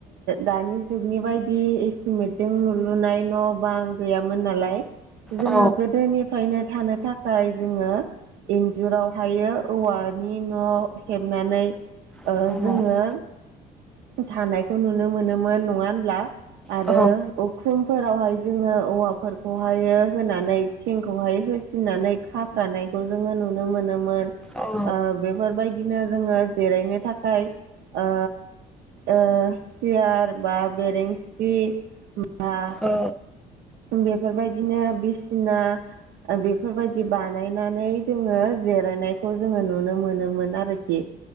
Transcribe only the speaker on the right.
दानि जुगनि बादि बेबायदि एस्टिमेटजों नुलुनाय न' बां आ गैयामोन नालाय जोङो
गोदोनिफ्रायनो थानो थाखाय जोङो इन्जुरावहायो औवानि न' हेबनानै ओ
जोङो थानायखौ नुनो मोनोमोन नङा हो होनबा आरो
उखुमफोरावहाय जोङो औवाफोरखौहाय होनानै थिंखौहाय हो फिनानै खाफ्रानायखौ जोङो नुनो मोनोमोन
ओ बेफोरबायदिनो जोङो जिरायनो थाखाय ओ ओ सियार बा बेरेंसि बा
बेफोरबायदिनो बिसिना बेफोरबायदि बानायनानै जोङो जिरायनायखौ जोङो नुनो मोनोमोन आरोखि।